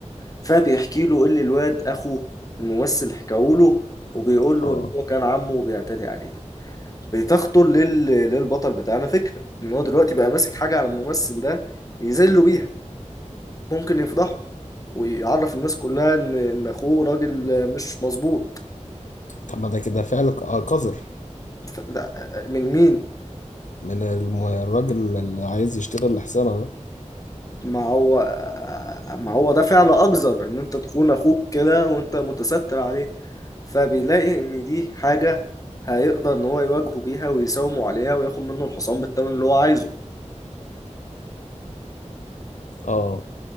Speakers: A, on the left; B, on the left.
A: فبيحكي له اللي الواد اخو الممثل حكاه له وبيقول له
B: اه
A: ان هو كان عمه بيعتدي عليه بتخطر لل... للبطل بتاعنا فكرة ان هو دلوقتي بقى ماسك حاجة على الممثل ده يذله بيها ممكن يفضحه ويعرف الناس كلها ان ان اخوه راجل مش مظبوط
B: طب ما ده كده فعل ق- آه، قذر
A: ف- ده- من مين
B: من الم- الراجل اللي عايز يشتري الحصانة ده
A: ما هو ما هو ده فعل أقذر إن أنت تخون أخوك كده وأنت متستر عليه فبيلاقي إن دي حاجة هيقدر إن هو يواجهه بيها ويساومه عليها وياخد منه الحصان بالثمن اللي هو عايزه
B: اه